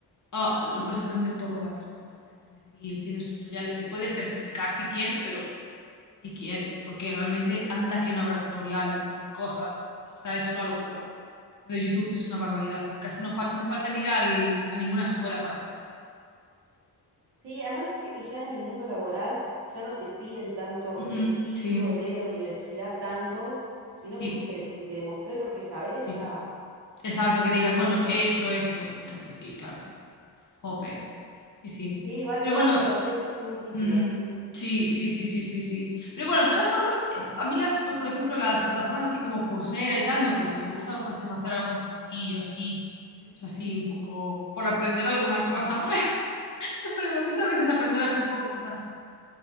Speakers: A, on the left (about 45°); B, on the right (about 80°).
A: Ah, lo puedes aprender todo gratis por internet, es decir, tienes tutoriales, te puedes certificar si quieres, pero si quieres, porque realmente anda que no habrá tutoriales y cosas, o sea, es una locura. Lo de YouTube es una barbaridad, que casi no, fal- no hace falta ni ir al- a ninguna escuela para hacer estas cosas.
B: Sí, además viste que ya en el mundo laboral ya no te piden tanto
A: Mm, mm,
B: el título
A: sí,
B: de la universidad tanto, sino
A: sí,
B: con que con que demostres lo que sabes
A: sí.
B: ya.
A: Exacto, que digas, bueno, he hecho esto. Entonces, sí, claro. Jope. Sí, sí.
B: Sí, vale
A: Pero
B: más
A: bueno,
B: un proyecto que un título,
A: mm,
B: sí.
A: sí, sí, sí, sí, sí, sí. Pero bueno, de todas formas, eh, a mí las, por ejemplo, las plataformas así como Coursera y tal me gusta. Me gusta a veces hacer algún cursillo así. Esto es así, un poco por aprender alguna cosa nueva. <laughs> Pero me gusta a veces aprender así un poco cosas